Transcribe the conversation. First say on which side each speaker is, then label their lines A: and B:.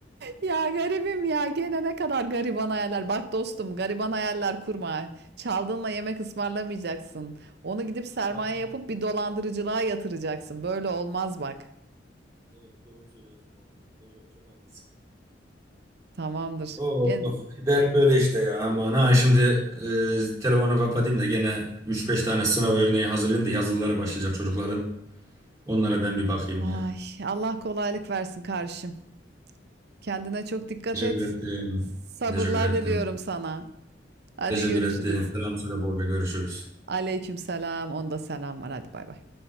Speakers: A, on the right; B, on the right.
A: Ya garibim ya gene ne kadar gariban hayaller. Bak dostum gariban hayaller kurma. Çaldığınla yemek ısmarlamayacaksın. Onu gidip sermaye
B: araba.
A: yapıp bir dolandırıcılığa yatıracaksın. Böyle olmaz bak.
B: Evet doğru söylüyorsun. bu Doğru çok haklısın.
A: Tamamdır.
B: Oo,
A: Gel.
B: of. Dert böyle işte ya aman ha şimdi e, telefonu kapatayım da gene üç beş tane sınav örneği hazırlayayım da yazılıları başlayacak çocukların. Onlara ben bir bakayım
A: Ay,
B: ya.
A: Allah kolaylık versin kardeşim. Kendine çok dikkat
B: Teşekkür
A: et.
B: ettim.
A: Sabırlar
B: Teşekkür ettim.
A: diliyorum sana. Hadi
B: Teşekkür
A: görüşürüz.
B: ettim. Selam söyle bolca görüşürüz.
A: Aleyküm selam. Onda selam var. Hadi bay bay.